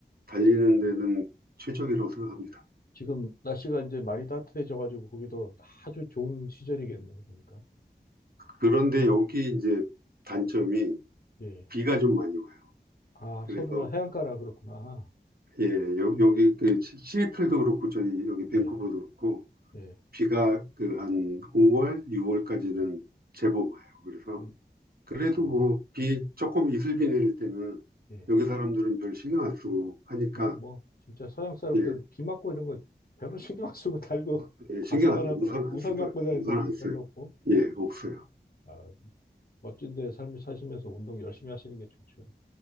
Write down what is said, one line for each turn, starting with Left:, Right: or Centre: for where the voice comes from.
Right: 달리는 데는 최적이라고 생각합니다.
Left: 지금 날씨가 이제 많이 따뜻해져가지고 거기도 아주 좋은 시절이겠네요, 보니까.
Right: 그런데 여기 이제 단점이
Left: 예.
Right: 비가 좀 많이 와요.
Left: 아,
Right: 그래서
Left: 서부라 해안가라 그렇구나.
Right: 예, 여, 여기 그 시- 시애틀도 그렇고 저희 여기 밴쿠버도
Left: 예,
Right: 그렇고
Left: 예,
Right: 비가 그 한 5월, 6월까지는
Left: 예.
Right: 제법 와요. 그래서
Left: 의-
Right: 그래도
Left: 아,
Right: 뭐, 비 조금 이슬비 내릴 때는
Left: 예.
Right: 여기 사람들은 별 신경 안 쓰고 하니까,
Left: 어, 뭐, 진짜 서양 사람들
Right: 예,
Left: 비 맞고 이런 거 별로 신경 안 쓰고 달고 <laughs>
Right: 예,
Left: 다
Right: 신경
Left: 생활하더라.
Right: 안 쓰고 우산 안
Left: 우산
Right: 쓰든
Left: 갖고 다니는
Right: 우산
Left: 사람도
Right: 안 써요.
Left: 별로 없고.
Right: 예, 없어요.
Left: 아, 멋진데 삶을 사시면서 운동 열심히 하시는 게 좋죠.